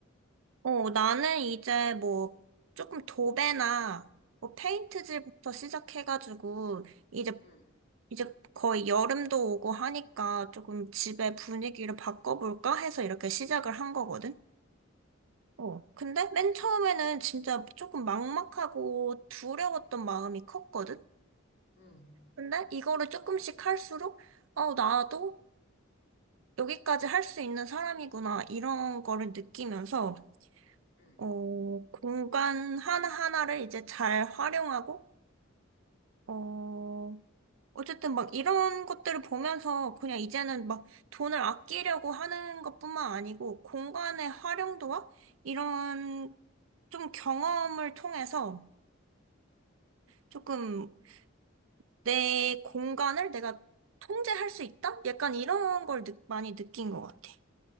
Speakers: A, on the right; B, on the left.
A: 어, 나는 이제 뭐 조금 도배나 뭐 페인트질부터 시작해가지고 이제
B: 응,
A: 이제 거의 여름도 오고 하니까 조금 집의
B: 응,
A: 분위기를 바꿔볼까 해서 이렇게 시작을 한 거거든. 어, 근데 맨 처음에는 진짜 조금 막막하고 두려웠던 마음이 컸거든.
B: 응, 응.
A: 근데 이거를 조금씩 할수록 어, 나도 여기까지 할 수 있는 사람이구나, 이런 거를 느끼면서,
B: 응.
A: 어, 공간 하나하나를 이제 잘 활용하고, 어, 어쨌든 막 이런 것들을 보면서 그냥 이제는 막 돈을 아끼려고 하는 것뿐만 아니고, 공간의 활용도와 이런 좀 경험을 통해서 조금 내 공간을 내가 통제할 수 있다? 약간 이런 걸 느- 많이 느낀 것 같아.